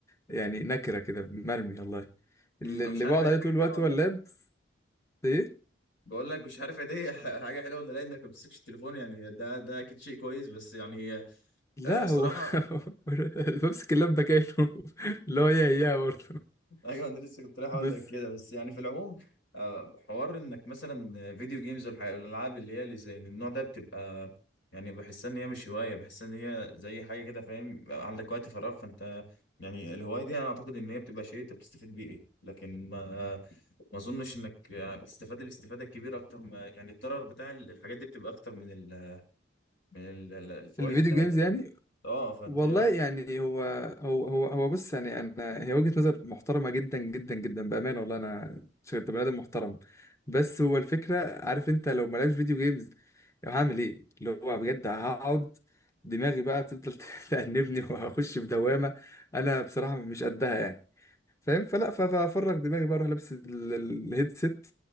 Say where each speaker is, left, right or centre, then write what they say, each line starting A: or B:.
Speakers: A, on the left; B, on the left.
A: يعني نكره كده مرمي والله
B: مم،
A: اللي, اللي
B: مش عارف
A: بقعد
B: هي دي
A: عليه طول
B: حاجه
A: الوقت
B: حلوه ولا
A: هو اللاب ايه
B: بقول لك مش عارف دي <laughs> حاجه حلوه ولا لا انك ما بتمسكش التليفون يعني ده ده اكيد شيء كويس بس يعني آه،
A: لا
B: الصراحه
A: هو <laughs> اللي بمسك اللاب بكاله <laughs> اللي هو هي هي برضه
B: <laughs> ايوه انا لسه كنت رايح اقول
A: بس
B: لك كده بس يعني في العموم آه، حوار انك مثلا فيديو جيمز والح- والالعاب اللي هي اللي زي النوع ده بتبقى يعني بحس ان هي مش هوايه بحس ان هي زي حاجه كده فاهم بقى عندك وقت فراغ فانت يعني الهوايه دي انا اعتقد ان هي بتبقى شيء انت بتستفيد بيه لكن ما ما اظنش انك بتستفاد الاستفاده الكبيره اكتر ما يعني الضرر بتاع الحاجات دي بتبقى اكتر من ال من ال- ال- الفوائد
A: الفيديو
B: بتاعتها
A: جيمز
B: فانت
A: يعني
B: اه فانت
A: والله
B: ايه رأيك؟
A: يعني هو هو هو هو بص يعني انا هي وجهة نظر محترمة جدا جدا جدا بأمانة والله انا شفت بني ادم محترم بس هو الفكرة عارف انت لو ملعبش فيديو جيمز لو هعمل ايه اللي هو بجد هقعد دماغي بقى بتفضل <laughs> تأنبني وهخش في دوامة انا بصراحة مش قدها يعني فاهم فلا ف- فافرغ دماغي بقى اروح لابس ال- ال- الهيدسيت